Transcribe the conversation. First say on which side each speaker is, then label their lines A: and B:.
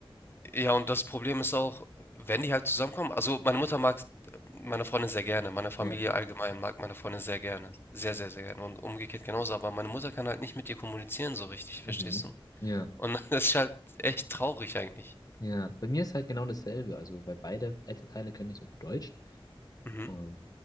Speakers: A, on the left (about 25°); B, on the left (about 40°).
A: Ja, und das Problem ist auch, wenn die halt zusammenkommen, also meine Mutter mag meine Freundin sehr gerne, meine Familie
B: Ja,
A: allgemein mag meine Freundin sehr gerne, sehr, sehr, sehr gerne und umgekehrt genauso, aber meine Mutter kann halt nicht mit ihr kommunizieren so richtig,
B: mhm.
A: verstehst du?
B: Ja,
A: Und <laughs> das ist halt echt traurig eigentlich.
B: ja. Bei mir ist halt genau dasselbe, also weil beide Elternteile können nicht so gut Deutsch.
A: Mhm.
B: Und